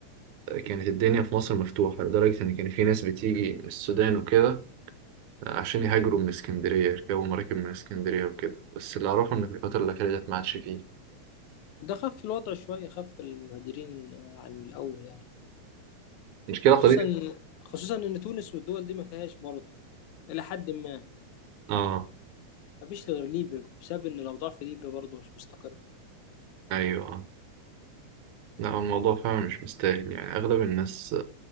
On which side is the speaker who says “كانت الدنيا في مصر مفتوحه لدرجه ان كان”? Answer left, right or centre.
Right